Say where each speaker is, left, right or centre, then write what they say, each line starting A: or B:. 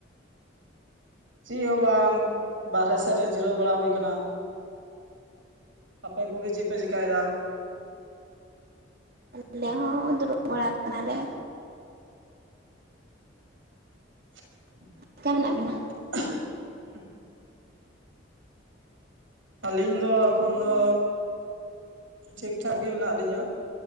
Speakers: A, on the right; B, on the right.
A: ᱪᱤᱜ ᱦᱚᱸ ᱵᱟᱝ, ᱵᱟᱨᱦᱮ ᱥᱮᱫ ᱨᱮ ᱡᱤᱨᱟᱹᱣ ᱵᱟᱲᱟ ᱦᱩᱭ ᱠᱟᱱᱟ᱾ ᱟᱯᱮ ᱠᱚᱜᱮ ᱪᱮᱜ ᱯᱮ ᱪᱤᱠᱟᱭ ᱫᱟ?
B: ᱟᱞᱮ ᱦᱚᱸ ᱫᱩᱲᱩᱵ ᱵᱟᱲᱟ ᱠᱟᱱᱟᱞᱮ᱾
A: <inaudible>
B: <unintelligible> ᱢᱮᱱᱟᱜ ᱵᱤᱱᱟ?
A: <inaudible> ᱟᱹᱞᱤᱧ ᱫᱚ ᱮᱠᱷᱚᱱ ᱫᱚᱻ ᱴᱷᱤᱠ ᱴᱷᱟᱠ ᱜᱮ ᱢᱮᱱᱟᱜ ᱞᱤᱧᱟᱹ